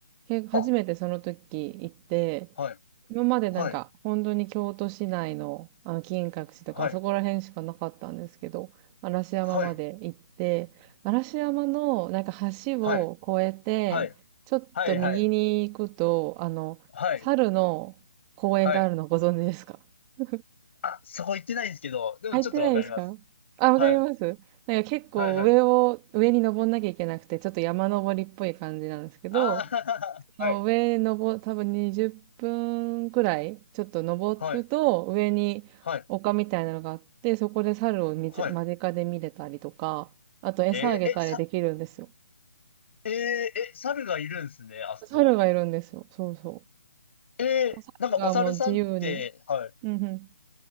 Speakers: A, on the right; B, on the left.
A: け初めてその時行って、
B: あ、はい。
A: 今までなんか、
B: はい、
A: 本当に京都市内の、あの、金閣寺とか、
B: はい、
A: あそこら辺しかなかったんですけど、嵐山まで行って、
B: はい、
A: 嵐山の、なんか橋を越えて、
B: はい、はい、
A: ちょっと右に行くと、
B: はい、はい、
A: あの、
B: はい、
A: 猿の公園があるのご存知ですか
B: はい。
A: <laughs>
B: あ、そこ行ってないんですけど、でもちょっとわかります。
A: 入ってないですかあ、わかりますなんか結構上を、
B: はい、はい、はい。
A: 上に登んなきゃいけなくて、ちょっと山登りっぽい感じなんですけど、
B: ああ、
A: その上登、
B: <laughs> はい、
A: 多分20分くらい、ちょっと登ると、
B: はい、
A: 上に丘みたいなのがあって、
B: はい、
A: そこで猿を見つ間近で見れたりとか、
B: はい。
A: あと餌あげたりできるんですよ。
B: えーえ、さ、えーえ、猿がいるんですね、あそこ。
A: 猿がいるんですよ。そうそ
B: えーなんかお猿さんって、
A: う。猿がもう自由に。
B: はい、
A: うんうん。